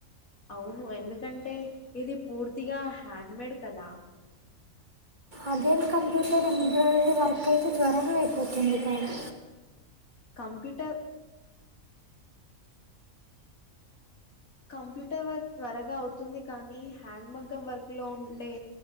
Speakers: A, on the left; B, on the right.
A: అవును ఎందుకంటే ఇది పూర్తిగా హ్యాండ్ మేడ్ కదా
B: అదే ఎం కంప్యూటర్ ఎంబ్రాయిడరీ వర్క్ అయితే త్వరగా అయిపోతుంది కదా
A: కంప్యూటర్ కంప్యూటర్ వర్క్ త్వరగా అవుతుంది కానీ హ్యాండ్ మగ్గం వర్క్ లో ఉండే